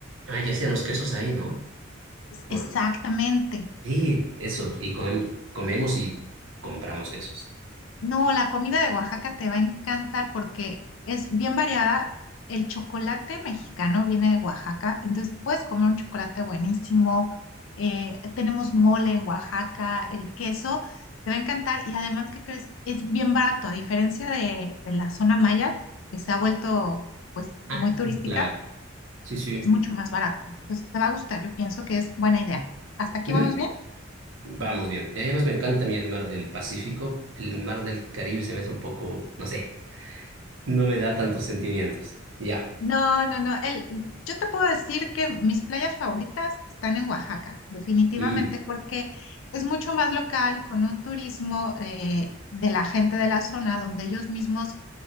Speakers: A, on the right (about 80°); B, on the left (about 85°).
A: Ah, ya sean los quesos ahí, ¿no?
B: Es-
A: ¿O
B: Exactamente.
A: no? Sí, eso, y comem- comemos y compramos quesos.
B: No, la comida de Oaxaca te va a encantar porque es bien variada. El chocolate mexicano viene de Oaxaca, entonces puedes comer un chocolate buenísimo. eh, tenemos mole en Oaxaca, el queso, te va a encantar y además, ¿qué crees? Es bien barato, a diferencia de, de la zona maya, que se ha vuelto pues muy
A: Ah,
B: turística,
A: claro, sí, sí.
B: es mucho más barato. Entonces te va a gustar, yo pienso que es buena idea. ¿Hasta aquí
A: Ujú.
B: vamos bien?
A: Vamos bien. Y además me encanta a mí el mar del Pacífico, el mar del Caribe se me hace un poco, no sé, no me da tantos sentimientos. Ya.
B: No, no, no. El, yo te puedo decir que mis playas favoritas están en Oaxaca, definitivamente,
A: Mm.
B: porque es mucho más local, con un turismo eh, de la gente de la zona, donde ellos mismos